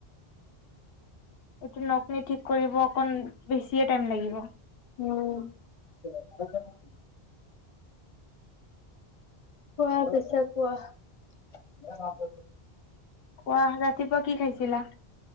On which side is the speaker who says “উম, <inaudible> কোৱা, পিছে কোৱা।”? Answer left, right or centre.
Left